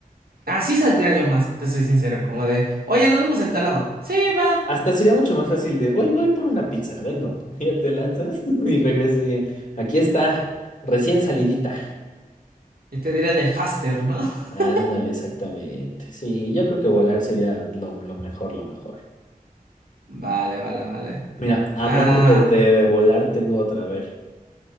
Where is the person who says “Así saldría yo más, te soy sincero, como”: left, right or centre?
Right